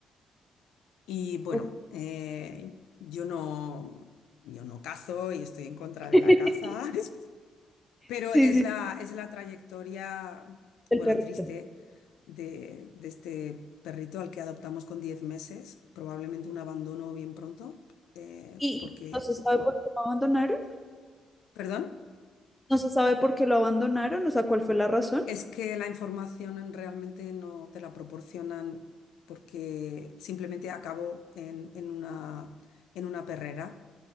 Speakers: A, on the left; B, in the centre.
A: Y bueno,
B: ok.
A: eh, yo no, yo no cazo y estoy en contra
B: <laughs>
A: de la caza. <laughs> Pero
B: Sí,
A: es
B: sí,
A: la, es la trayectoria,
B: el
A: bueno,
B: perrito.
A: triste de, de este perrito al que adoptamos con 10 meses, probablemente un abandono bien pronto, eh,
B: Y
A: porque,
B: y no se sabe por qué lo abandonaron,
A: perdón,
B: no se sabe por qué lo abandonaron, o sea, cuál fue la razón.
A: es que la información en- realmente no te la proporcionan porque simplemente acabó en, en una, en una perrera.